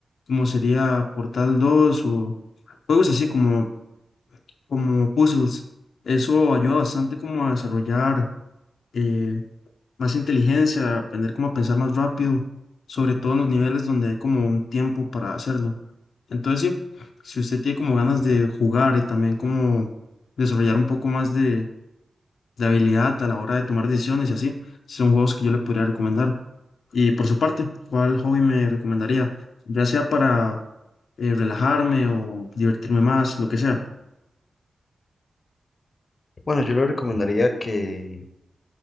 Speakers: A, on the left; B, on the left.
A: como sería Portal dos o juegos así como, como puzzles. Eso ayuda bastante como a desarrollar eh, más inteligencia, aprender cómo a pensar más rápido, sobre todo en los niveles donde hay como un tiempo para hacerlo. Entonces, sí, si usted tiene como ganas de jugar y también como desarrollar un poco más de, de habilidad a la hora de tomar decisiones y así, son juegos que yo le podría recomendar. Y por su parte, ¿cuál hobby me recomendaría? Ya sea para eh, relajarme o divertirme más, lo que sea.
B: Bueno, yo le recomendaría que